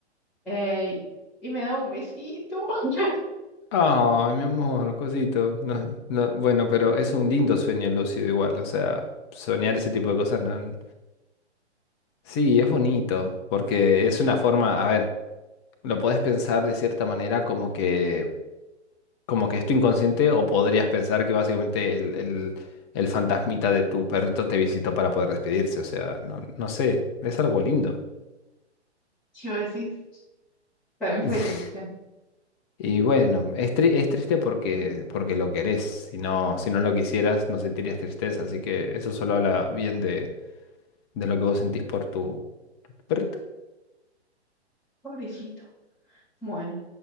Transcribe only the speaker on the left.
Ay, mi amor, cosito. No, no, bueno, pero es un lindo sueño lúcido igual, o sea, soñar ese tipo de cosas no. Sí, es bonito, porque es una forma, a ver, lo podés pensar de cierta manera como que, como que es tu inconsciente, o podrías pensar que básicamente el, el- el fantasmita de tu perrito te visitó para poder despedirse, o sea, no, no sé, es algo lindo.
<laughs>
Y bueno, es, tri- es triste porque, porque lo querés, si no, si no lo quisieras no sentirías tristeza, así que eso solo habla bien de, de lo que vos sentís por tu perrito.